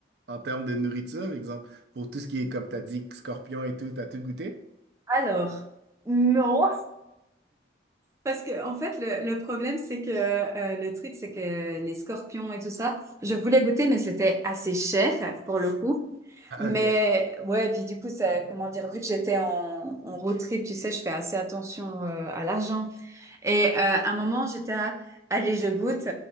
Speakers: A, on the right (about 65°); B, on the right (about 15°).
A: en termes de nourriture, exemple, pour tout ce qui est, comme t'as dit, scorpion et tout, t'as tout goûté?
B: Alors... Non, Parce que, en fait, le, le problème, c'est que euh, le truc, c'est que les scorpions et tout ça, je voulais goûter, mais c'était assez cher pour le coup.
A: Ah
B: Mais
A: ok.
B: ouais, puis du coup, ça, comment dire, vu que j'étais en, en road trip, tu sais, je fais assez attention euh, à l'argent. Et euh, à un moment, j'étais à, allez, je goûte.